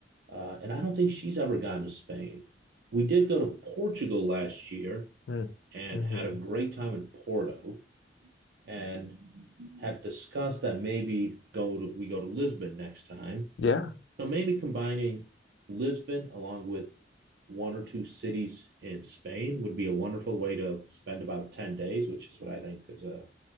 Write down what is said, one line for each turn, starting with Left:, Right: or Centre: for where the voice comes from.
Right: uh, and I don't think she's ever gone to Spain. We did go to Portugal last year
Left: Hmm.
Right: and
Left: hmm
Right: had a great time in Porto and had discussed that maybe go to we go to Lisbon next time.
Left: Yeah.
Right: So maybe combining Lisbon along with one or two cities in Spain would be a wonderful way to spend about 10 days, which is what I think is a